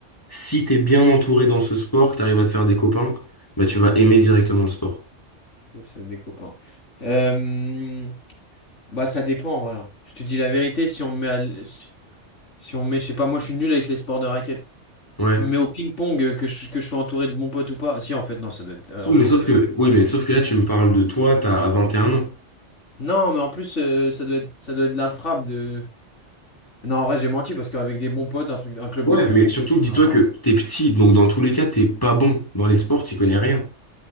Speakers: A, on the left (about 20°); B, on the left (about 80°).
A: Si t'es bien entouré dans ce sport, que t'arrives à te faire des copains, bah tu vas aimer directement le sport.
B: C'est des copains. Euh, bah, ça dépend, en vrai. hein. Je te dis la vérité, si on me met à, l- Si on met, je sais pas, moi je suis nul avec les sports de raquettes.
A: Ouais.
B: Tu me mets au ping-pong euh, que je, que je sois entouré de bons potes ou pas. Si, en fait, non, ça doit être, euh,
A: Oui,
B: en
A: mais
B: fait,
A: sauf
B: ça doit
A: que,
B: être la
A: oui,
B: frappe.
A: mais sauf que là, tu me parles de toi, t'as 21 ans.
B: Non, mais en plus, euh, ça doit être, ça doit être la frappe de. Non, en vrai, j'ai menti parce qu'avec des bons potes, un truc, un club
A: Ouais,
B: de ping-pong,
A: mais surtout que
B: c'est
A: dis-toi
B: sympa
A: que
B: en plus.
A: t'es petit, donc dans tous les cas, t'es pas bon. Dans les sports, t'y connais rien.